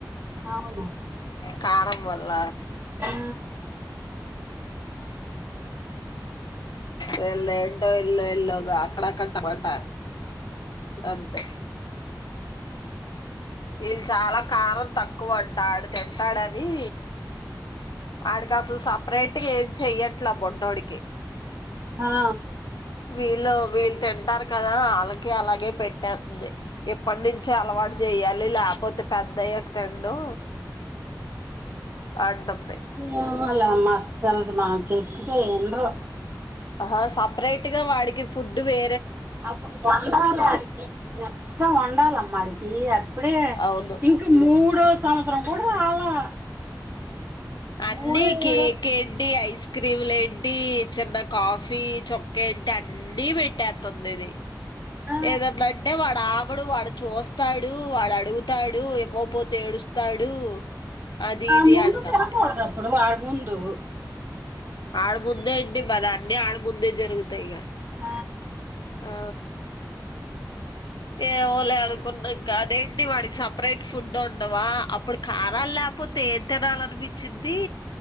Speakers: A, on the right; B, on the left.
A: అవును
B: కారం వల్ల
A: ఆ
B: వెళ్ళ ఏంటో ఎల్లో ఇల్ల్లోగా అక్కడ అక్కడ టమోటో అంతే ఇళ్ళు చాలా కారం తక్కువంట ఆడు తింటాడని అడికి అసలు సపరేట్ గా ఏం చెయ్యట్ల బొ డికి
A: ఆ
B: విళో విళ్తే అంటారు కదా అళ్ళకి అలాగే పెట్టేత్తుంది ఇప్పటి నుంచి అలవాటు చేయాలి లేపోతే పె ద్దయ్యాక తిండు అంటుంది
A: ఏమో లేమ్మా వాళ్లకు మనం చెప్తే ఇన్రు
B: ఆ సపరేట్ గా వాడికి ఫుడ్ వే
A: ఆ పిల్ల వండాలి వాడికి మెత్తగా వండాలమ్మ ఆడికి ఇప్పుడే
B: అవును
A: ఇంక మూడో సంవత్సరం కూడా రాలా
B: అన్నీ
A: మూడు
B: కే
A: ఏడు
B: కేడ్డి ఐస్ క్రీములు ఏట్టి చిన్న కాఫీ చుక్కేట్టి అన్నీ పెట్టేత్తుంది ఇది
A: ఆ
B: ఏదన్న అంటే వాడు ఆగడు వాడు చూస్తాడు వాడు అడుగుతాడు ఇవ్వకపోతే ఏడుస్తాడు అది
A: ఆ
B: ఇది
A: ముందు
B: అంటుంది
A: తినకూడదు అప్పుడు వాడి ముందు
B: ఆడముందేంటి మరి అన్ని ఆడముందే జరుగుతాయి ఇక
A: ఆ
B: ఆ ఏమోలే అనుకున్నాయి కాదే టి వాడికి సపరేట్ ఫుడ్ ఉండవా అప్పుడు కారాలు లేపోతే ఏం తినాలినిపి చ్చిది